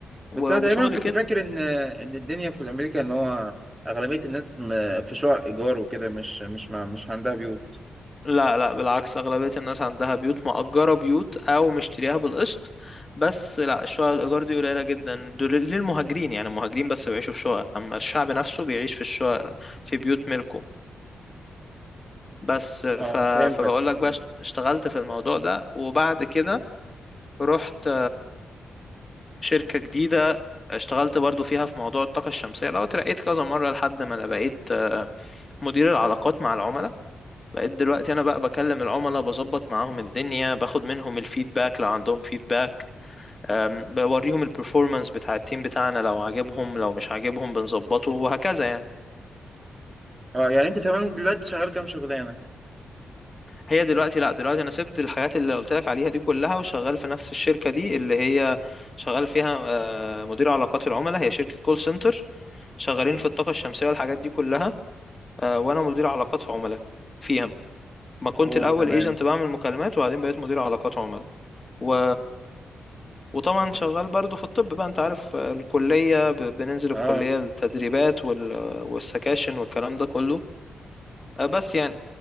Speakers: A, on the left; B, on the right.
A: و-
B: بس انا
A: وشغل
B: تقريبا كنت
A: كده
B: فاكر ان ان الدنيا في امريكا ان هو اغلبيه الناس م- في شقق ايجار وكده مش مش مع مش عندها بيوت
A: لا لا بالعكس أغلبية الناس عندها بيوت مأجرة بيوت أو مشتريها بالقسط بس لا الشقق الإيجار دي قليلة جدا دول للمهاجرين يعني المهاجرين بس بيعيشوا في شقق أما الشعب نفسه بيعيش في الشقق في بيوت ملكه بس ف...
B: اه فهمتك
A: فبقول لك بقى
B: فهمت.
A: اشت- اشتغلت في الموضوع ده وبعد كده رحت شركة جديدة اشتغلت برضو فيها في موضوع الطاقة الشمسية ده وترقيت كذا مرة لحد ما انا بقيت آه، مدير العلاقات مع العملاء بقيت دلوقتي انا بقى بكلم العملاء بظبط معاهم الدنيا باخد منهم الفيدباك لو عندهم فيدباك آم، بوريهم البرفورمانس بتاع التيم بتاعنا لو عاجبهم لو مش عاجبهم بنظبطه وهكذا يعني
B: اه يعني انت تمام دلوقتي شغال كام شغلانه
A: هي دلوقتي لا دلوقتي انا سبت الحاجات اللي قلت لك عليها دي كلها وشغال في نفس الشركة دي اللي هي شغال فيها آه، مدير علاقات العملاء هي شركة كول سنتر شغالين في الطاقة الشمسية والحاجات دي كلها آه، وانا مدير علاقات عملاء فيها ما كنت
B: اوه
A: الاول
B: تمام
A: ايجنت بعمل مكالمات وبعدين بقيت مدير علاقات عملاء و... وطبعا شغال برضو في الطب بقى انت عارف آه، الكلية ب... بننزل
B: اه
A: الكلية التدريبات وال... والسكاشن والكلام ده كله آه، بس يعني